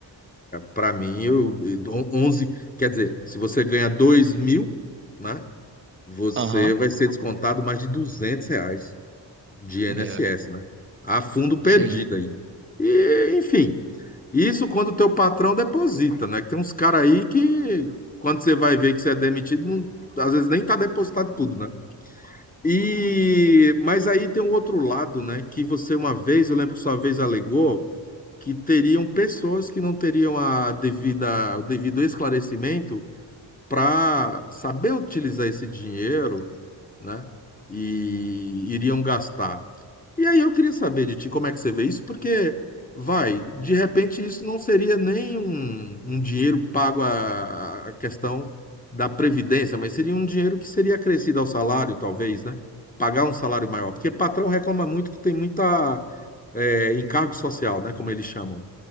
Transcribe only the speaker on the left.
Para mim, eu, eu- 11, quer dizer, se você ganha dois mil, né? Você
vai ser descontado mais de 200 reais de INSS,
né? A fundo perdido
aí. E, enfim, isso quando o teu patrão deposita, né? Que tem uns caras aí que, quando você vai ver que você é demitido, não- às vezes nem tá depositado tudo, né? E, mas aí tem um outro lado, né? Que você uma vez, eu lembro que sua vez alegou que teriam pessoas que não teriam a devida, o devido esclarecimento para saber utilizar esse dinheiro, né? E iriam gastar. E aí eu queria saber de ti como é que você vê isso, porque vai, de repente isso não seria nem um, um dinheiro pago à, à questão da previdência, mas seria um dinheiro que seria acrescido ao salário, talvez, né? Pagar um salário maior, porque patrão reclama muito que tem muita é, encargo social, né? Como eles chamam.